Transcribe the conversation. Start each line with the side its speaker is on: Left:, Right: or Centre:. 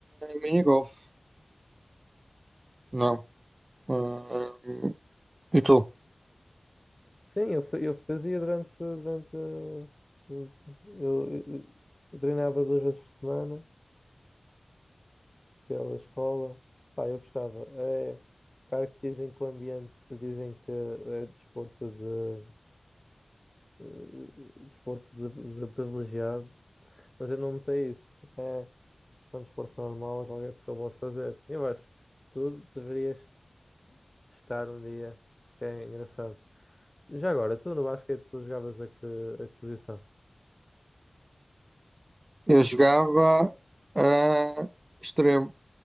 Right: mini golfe. Não. Ah, e tu?
Left: Sim, eu, fa- eu fazia durante, durante, uh, eu, eu- eu treinava duas vezes por semana pela escola. Pá, eu gostava. É, claro que dizem que o ambiente, dizem que é desporto de, eh, desporto de, de privilegiado, mas eu não notei isso. É, acho que é um desporto normal, qualquer pessoa pode fazer. Eu acho que tu deverias testar um dia, porque é engraçado. Já agora, tu no basquete, tu jogavas a que, a que posição?
Right: Eu jogava ah, extremo,